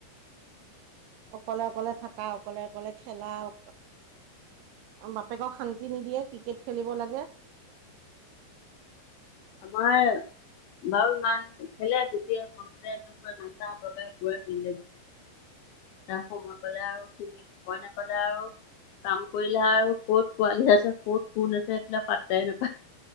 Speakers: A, on the right; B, on the left.
A: অকলে অকলে থাকা অকলে অকলে খেলা অ বাপেকক শান্তি নিদিয়ে ক্ৰিকেট খেলিব লাগে।
B: আমাৰ বাৰু ইমান খেলে যেতিয়া মন যায় নাচা-বাগা <unintelligible> এতিয়া সময় পালে আৰু, সি সময় নাপালে আৰু কাম কৰিলে আৰু ক'ত পোৱালি আছে, ক'ত কোন আছে, সেইবিলাক পাট্টাই নাপায়।